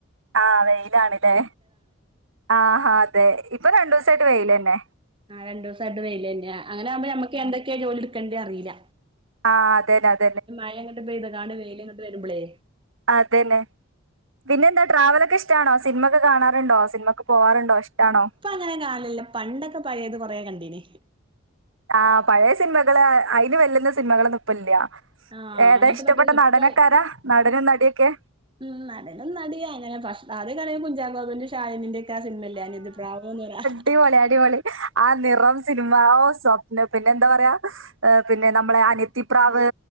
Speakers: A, on the right; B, on the right.
A: ആഹ വെയിലാണല്ലേ, ആഹാ അതെ ഇപ്പൊ രണ്ടു ദിവസായിട്ട് വെൽ തന്നെ.
B: ആ രണ്ട ദിവസമായിട്ട് വയിേന്നെ അങ്ങനെ ആക്പോ നമ്മുക്ക് എന്തൊെയ ജോലി എടുക്കണ്ടേ അറിയില്ല.
A: ആഹ് അതെന്നെ അതെ.
B: മഴങ്ങട്ട് പെയ്താ കാാണ് വയിലൽ അങ്ങട്ട് വരുമ്പോളേ
A: അതെന്നെ പിന്നെ എന്താ? ട്രാവലൊക്കെ ഇഷ്ടമാണോ? സിനിമ ഒക്കെ കാണാറുണ്ടോ? സിനിമ- ക്ക്‌ പോവാറുണ്ടോ ഇഷ്ടാണോ?
B: ഇപ്പോ അങ്ങനെ കാലില്ല, പണ്ടൊക്കെ പഴയത് കൊറേ കണ്ടീന്.
A: ആഹ് പഴയ സിനിമകള്, അയിന്- വല്ലുന്ന സിനിമകളോന്ന ഇപ്പം ഇല്ല.
B: ആഹ്
A: ഏതാ
B: അങ്ങനത്തെ
A: ഇഷ്ടപ്പെട്ട
B: മറ്റേത് ഇപ്പ
A: നടൻ? ആരാ നടനും നടിയൊക്കെ?
B: ഉം നടനും നടിയാ അങ്ങനെ പക്ഷ- അത് കള കുഞ്ചാഗോബിന്റെ, ഷായനിന്റെ- സിമല്ലന് എന്ത്അനിയത്തി പ്രാവുന്ന് പറ-
A: അടിപളി, അടിപളി. ആ നിറം സിനിമ, സ്വപ്ന പിന്നെ എന്താ പറയാ പിന്നെ നമ്മളുടെ അനത്തിപാവ്,